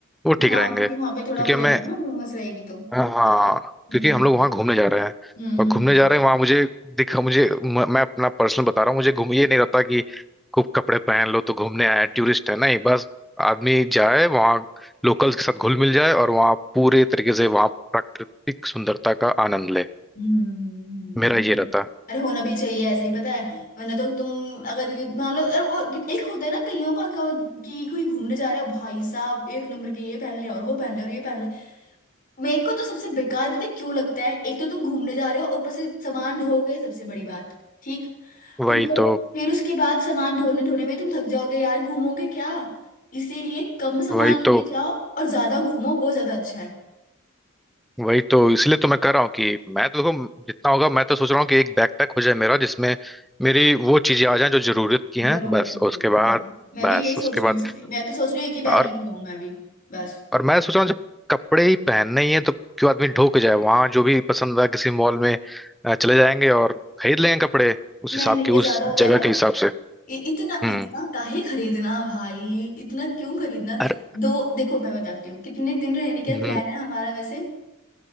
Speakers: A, in the centre; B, on the left.
A: वो ठीक
B: हाँ
A: रहेंगे
B: क्योंकि
A: क्योंकि
B: वहां पे थोड़ा वो
A: हमें
B: रहेगा ना उमस रहेगी तो
A: हाँ
B: हम्म
A: क्योंकि हम लोग वहाँ घूमने जा रहे हैं
B: हम्म
A: और
B: हम्म
A: घूमने जा रहे हैं वहाँ मुझे दिखा मुझे म- मैं अपना पर्सनल बता रहा हूँ मुझे घूम ये नहीं रहता कि खूब कपड़े पहन लो तो घूमने आए टूरिस्ट है नहीं बस आदमी जाए वहाँ लोकल्स के साथ घुल मिल जाए और वहाँ पूरे तरीके से वहाँ प्राकृतिक सुंदरता का आनंद ले
B: हम्म हम्म, हम्म,
A: मेरा ये रहता
B: हम्म। अरे होना भी चाहिए ऐसे ही पता है वरना तो तुम अगर मान लो अरे वो एक होता है ना कईयों का क्या हो- कि कोई घूमने जा रहा है भाई साहब एक नंबर के ये पहन ले और वो पहन ले और ये पहन ले मेरे को तो सबसे बेकार पता है क्यों लगता है एक तो तुम घूमने जा रहे हो और ऊपर से सामान ढोगे सबसे बड़ी बात ठीक
A: वही
B: ऊपर
A: तो
B: फिर उसके बाद सामान ढोने ढोने में तुम थक जाओगे यार घूमोगे क्या इसीलिए कम सामान
A: वही
B: लेके
A: तो
B: जाओ और ज्यादा घूमो वो ज्यादा अच्छा है
A: वही तो इसलिए तो मैं कह रहा हूँ कि मैं तो देखो जितना होगा मैं तो सोच रहा हूँ कि एक बैकपैक हो जाए मेरा जिसमें मेरी वो चीजें आ जाएं जो जरूरत की हैं
B: जरूरत
A: बस
B: नहीं
A: और उसके
B: है
A: बाद
B: हाँ मैं
A: बस
B: भी यही सोच
A: उसके
B: रही
A: बाद
B: हूँ सिर्फ मैं तो सोच रही हूँ एक ही
A: और
B: बैग लेके जाऊँ मैं भी बस
A: और मैं सोच रहा हूँ जब कपड़े ही पहनने ही हैं तो क्यों आदमी ढो के जाए वहां जो भी पसंद आए किसी मॉल में अ, चले जाएंगे और खरीद लेंगे कपड़े उस
B: नहीं
A: हिसाब
B: नहीं
A: के
B: ये
A: उस
B: ज्यादा हो
A: जगह
B: जाएगा
A: के हिसाब से
B: ये इतना
A: हम्म
B: इतना काहे खरीदना भाई इतना क्यों खरीदना
A: अरे
B: दो देखो मैं बताती हूँ कितने दिन रहने का
A: हम्म,
B: प्लान है हमारा वैसे